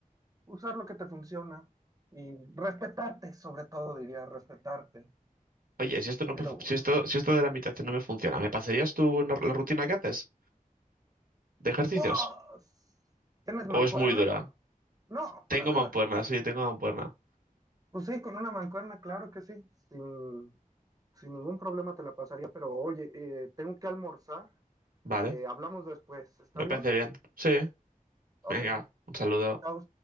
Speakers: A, on the right; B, on the right.
A: usar lo que te funciona y respetarte, sobre todo diría respetarte.
B: oye, si esto no,
A: Pero
B: me fu-
A: bueno.
B: si esto, si esto de la meditación no me funciona, ¿me pasarías tú una- la rutina que haces de ejercicios?
A: ¿Vos? ¿Tienes
B: ¿O
A: mancuerna?
B: es muy dura?
A: No,
B: Tengo
A: para nada.
B: mancuerna, sí, tengo mancuerna.
A: Pues sí, con una mancuerna, claro que sí, sin, sin ningún problema te la pasaría, pero oye, eh, tengo que almorzar,
B: Vale,
A: eh, hablamos después, ¿está
B: me
A: bien?
B: parece bien. Sí,
A: Ok,
B: venga, un saludo.
A: chao.